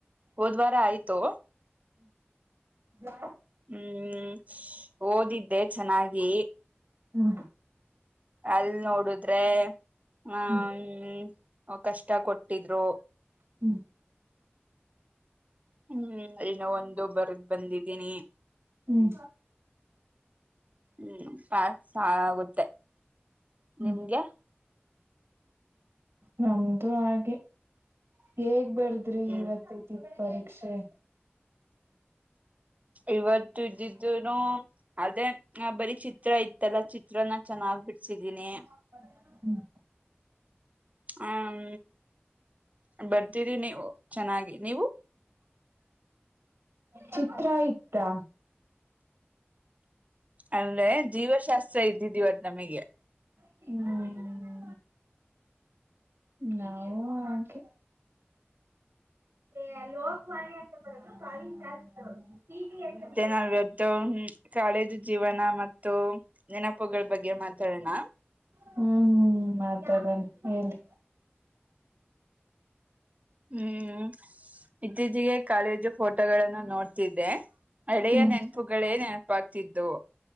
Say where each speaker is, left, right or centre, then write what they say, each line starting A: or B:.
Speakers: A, on the right; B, on the right.
A: ಹೋದ್ವಾರ ಆಯ್ತು.
B: ಲಾ
A: ಹ್ಮ್ ಓದಿದ್ದೆ ಚೆನ್ನಾಗಿ
B: ಹ್ಮ
A: ಅಲ್ ನೋಡುದ್ರೆ ಹ
B: ಹ್ಮ್
A: ಕಷ್ಟ ಕೊಟ್ಟಿದ್ರು
B: ಹ್ಮ್
A: ಹ್ಮ್ ಒಂದು ಬರದ್ ಬಂದಿದ್ದೀನಿ.
B: ಹ್ಮ್
A: ಹ್ಮ್ ಪಾಸ್ ಆಗುತ್ತೆ
B: ಹ್ಮ್
A: ನಿಮ್ಗೆ?
B: ನಮ್ದು ಹಾಗೆ ಹೇಗ್ ಬರ್ದ್ರಿ
A: ಹ್ಮ್
B: ಇವತ್ತ ಇದ್ದಿದ್ದ ಪರೀಕ್ಷೆ?
A: ಇವತ್ತ ಇದ್ದಿದ್ದೂನು ಅದೇ ಬರಿ ಚಿತ್ರ ಇತ್ತಲ್ಲ ಚಿತ್ರನ ಚೆನ್ನಾಗ್ ಬಿಡ್ಸಿದೀನಿ.
B: ಹ್ಮ್
A: ಹಂ ಬರ್ದಿದ್ದೀನಿ ಚೆನ್ನಾಗಿ ನೀವು?
B: ಚಿತ್ರ ಇತ್ತಾ?
A: ಅಂದ್ರೆ ಜೀವಶಾಸ್ತ್ರ ಇದ್ದಿದ ಇವತ್ ನಮಗೆ.
B: <unintelligible> ನಾವು ಹಾಗೆ ಹೆ ಲೋಕ್ವಾನಿ ಅಂತ ಬರೋದು ಮಾ ಟಾಸ್ಕ್ ಟಿ ಟಿ ಎಸ್ ಅಂತ ಬ
A: ನಾವ ಇವತ್ತು ಕಾಲೇಜು ಜೀವನ ಮತ್ತು ನೆನಪುಗಳ ಬಗ್ಗೆ ಮಾತಾಡೋಣ.
B: ಹ್ಮ್ ಹ್ಮ್ ಮಾತಾಡನ ಹೇಳ್ರೀ
A: ಹ್ಮ್ ಇತ್ತೀಚಿಗೆ ಕಾಲೇಜು ಫೋಟೋಗಳನ್ನು ನೋಡ್ತಿದ್ದೆ. ಹಳೆಯ
B: ಹ್ಮ್
A: ನೆನಪುಗಳೇ ನೆನಪಾಗತ್ತಿತ್ತು.